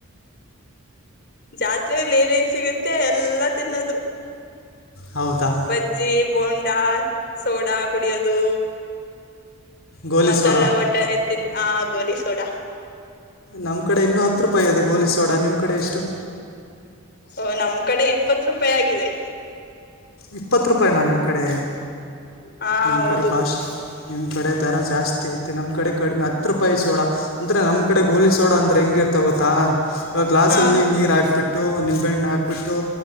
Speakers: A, on the left; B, on the left.
A: ಜಾತ್ರೆಯಲ್ಲಿ ಏನೇನ್ ಸಿಗುತ್ತೆ ಎಲ್ಲಾ ತಿನ್ನೋದು
B: ಹೌದಾ
A: ಬಜ್ಜಿ ಬೋಂಡ ಡಾ ಸೋಡಾ ಕುಡಿಯೋದು
B: ಗೋಲಿ
A: ಮಸಾಲಾ
B: ಸೋಡಾ
A: ವಟಾಣ ತಿನ್ ಆ ಗೋಲಿ ಸೋಡ
B: ನಮ್ ಕಡೆ ಇನ್ನುೂ ಹತ್ತು ರೂಪಾಯಿ ಅದು ಗೋಲಿ ಸೋಡ ನಿಮ್ ಕಡೆ ಎಷ್ಟು
A: ಓ ನಮ್ ಕಡೆ ಇಪ್ಪತ್ತು ರೂಪಾಯಿ ಆಗಿದೆ
B: ಇಪ್ಪತ್ತು ರೂಪಾಯಿನಾ ನಿಮ್ಮ ಕಡೆ
A: ಹಾ
B: ನಿಮ್ಮ
A: ಹೌದು
B: ಕಡೆ ಕಾಸ್ಟ್ ನಿಮ್ಮ ಕಡೆ ದರ ಜಾಸ್ತಿ ಐತೆ ನಮ್ಮ ಕಡೆ ಕಡಿಮೆ ಹತ್ತು ರೂಪಾಯಿ ಸೋಡ ಅಂದರೆ ನಮ್ಮ ಕಡೆ ಗೋಲಿ ಸೋಡ ಅಂದರೆೆ ಹೆಂಗಿರ್ತ ಗೊತ್ತಾ ಇವಾಗ ಗ್ಲಾಸಲ್ಲಿ
A: ಹಾ
B: ನೀರು ಹಾಕ್ಬಿಟ್ಟು ನಿಂಬೆಹಣ್ಣು ಹಾಕ್ಿಬಿಟ್ಟು